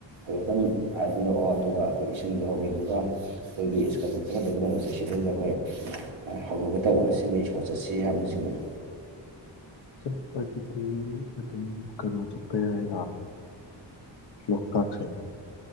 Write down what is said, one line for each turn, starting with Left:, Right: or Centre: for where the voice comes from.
Right: ꯍꯥꯏꯐꯦꯠꯇꯪ ꯍꯥꯏꯕꯤꯔꯛꯑꯣ ꯑꯗꯨꯒ ꯑꯩꯈꯣꯏ ꯏꯁꯤꯟꯖꯍꯧꯒꯦ ꯑꯗꯨꯒ ꯑꯩꯈꯣꯏꯒꯤ ꯏꯁꯀꯠꯤꯟ ꯆꯀꯠꯇꯕ ꯀꯩꯅꯣꯁꯦ ꯁꯤꯗꯩꯁꯤꯗ ꯑꯩꯈꯣꯏ ꯍꯧꯗꯣꯛꯀꯦ ꯇꯧꯕꯅ ꯁꯤꯃ ꯏꯁꯄꯣꯔꯠ ꯆꯠꯁꯤ ꯍꯥꯏꯕꯅꯆꯤꯡꯕꯗꯣ
Left: ꯆꯠꯄꯒꯤꯗꯤ ꯑꯗꯨꯝ ꯀꯩꯅꯣ ꯆꯠꯄ ꯌꯥꯏ ꯂꯣꯛ ꯇꯥꯛꯁꯦ